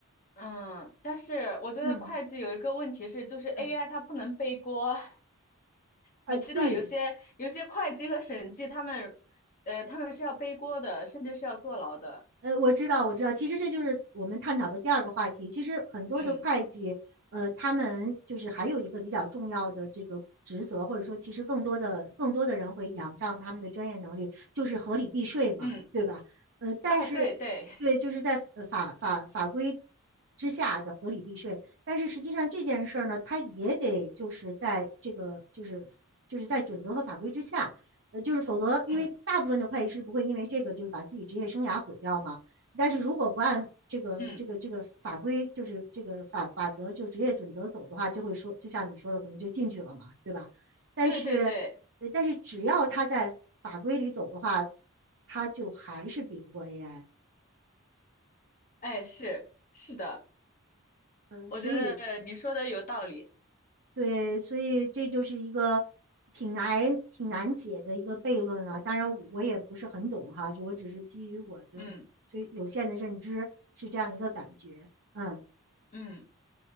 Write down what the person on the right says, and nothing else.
嗯
嗯，
呃，
对，
呃，我知道，我知道，其实这就是我们探讨的第二个话题。其实很多的会计，
呃，他们就是还有一个比较重要的这个职责，或者说，其实更多的更多的人会仰仗他们的专业能力，就是合理避税嘛，
对吧？呃，但是对，
就是在呃法法法规之下的合理避税，但是实际上这件事儿呢，它也得就是在这个就是就是在准则和法规之下。呃，就是否则，因为大部分的会计师不会因为这个就是把自己职业生涯毁掉嘛。
但是如果不按这个这个这个法规，
就是这个法法则，就职业准则走的话，就会说，就像你说的，可能就进去了嘛，对吧？但是，
呃但是只要他在法规里走的话，他就还是比不过 AI。
呃，
所以对，所以这就是一个挺难、挺难解的一个悖论了。当然，我也不是很懂哈，就我只是基于我的虽有限的认知是这样一个感觉。
嗯，